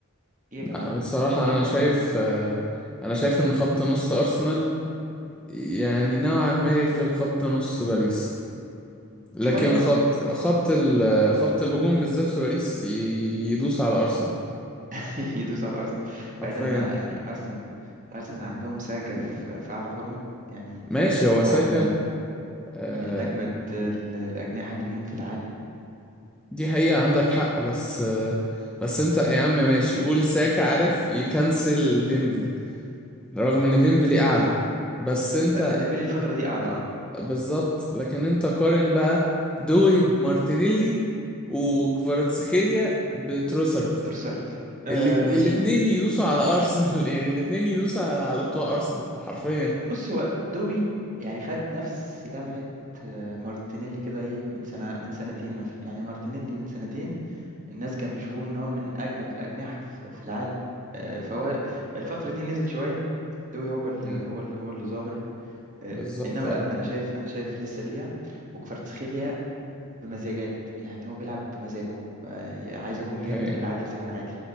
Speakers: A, on the right (about 35°); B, in the centre.
A: إيه يا جماعة
B: لا بصراحة
A: إيه
B: انا
A: يا جماعة
B: شايف آه، انا شايف ان خط نص ارسنال يعني نوعا ما يغلب خط نص باريس لكن
A: شوية
B: خط خط ال... خط الهجوم بالذات في باريس ي- يدوس على ارسنال
A: <laughs> يدوس على أرسنال
B: حرفيا
A: بعيدا إن يعني أرسنال أرسنال عندهم ساكا في في أعلى فورمة يعني
B: ماشي هو ساكا
A: واحد من
B: آه،
A: من أجمد ال- الأجنحة اليمين في العالم
B: دي حقيقة عندك حق بس بس انت يا عم ماشي قول ساكا عارف يكنسل ديمبلي رغم ان ديمبلي اعلى بس انت
A: أه، ديمبلي الفترة دي أعلى أه
B: بالظبط لكن انت قارن بقى دوي بمارتينيلي وكفاراتسخيليا بتروسرد
A: بتروسارد أه
B: الات- الاتنين
A: ماشي
B: يدوسوا على ارسنال <laughs> يعني الاتنين يدوسوا على على بتوع ارسنال حرفيا
A: بص هو دوي يعني خد نفس لمعة آه، مارتينيلي كده إيه من سنة من سنتين مثلا يعني مارتينيلي من سنتين الناس كان بيشوفوه ان هو من اجمد الاجنحه في في العالم آه، فهو الفتره دي نزل شويه دوي هو اللي
B: مم.
A: هو اللي هو اللي ظاهر آه،
B: بالظبط
A: انما
B: اه
A: لا انا شايف انا شايف لسه فيها وكفاراتسخيليا بمزاجات يعني هو بيلعب بمزاجه آه، عايز اكون
B: دي
A: جامد
B: حقيقة
A: ولا عايز اكون عادي